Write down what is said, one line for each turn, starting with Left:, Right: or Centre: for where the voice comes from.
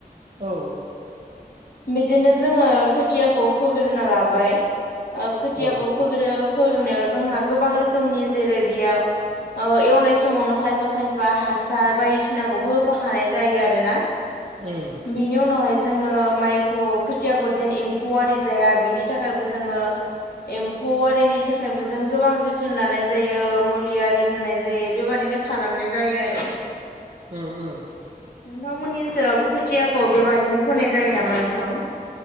Right: औ।
Left: बिदिनो जोङो खोथियाखौ फोग्रोना लाबाय। खोथियाखौ
Right: औ
Left: फोग्रो फोग्रोनायाव जोंहा गोबां रोखोमनि जेरै बेयाव एवनाय समावनो खायफा खायफा हासार बायदिसिनाखौबो होफाखानाय जायो आरोना
Right: ओम
Left: बेनि उनावहाय जोङो माइखौ खोथियाखौ जेन एम्फौ आरि जाया बेनि थाखायबो जोङो एम्फौ आरिनि थाखायबो जों गोबां जोथोन लानाय जायो मुलि आरि होनाय जायो बेबादिनो खालामनाय जायो आरो।
Right: ओम ओम।
Left: नोंथांमोननि ओनसोलावबो खोथियाखौ बेबादिनो फोनाय जायो नामा नोंथां।